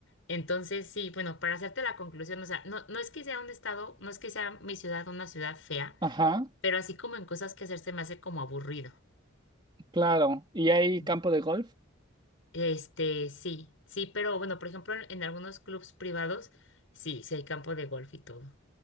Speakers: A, on the left; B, on the right.
A: Entonces, sí, bueno, para hacerte la conclusión, o sea, no, no es que sea un estado, no es que sea mi ciudad una ciudad fea,
B: Ajá.
A: pero así como en cosas que hacerse me hace como aburrido.
B: Claro, ¿y hay
A: Mm.
B: campo de golf?
A: Este, sí, sí, pero bueno, por ejemplo, en, en algunos clubs privados, sí, sí hay campo de golf y todo.